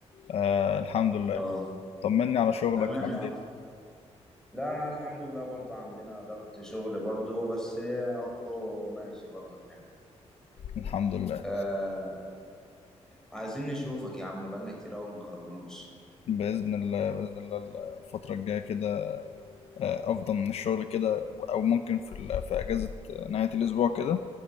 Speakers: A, on the left; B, in the centre.
A: آه الحمد لله
B: اه
A: طمني على شغلك
B: تمام
A: عامل
B: يا عم
A: إيه
B: لا انا الحمد لله برضه عندنا ضغط شغل برضه بس اهو ماشي برضه الحال
A: الحمد لله
B: آه، عايزين نشوفك يا عم بقالنا كتير قوي ما خرجناش
A: بإذن الله بإذن الله الفترة الجاية كده افضى من الشغل كده او ممكن في ال- في اجازة نهاية الاسبوع كده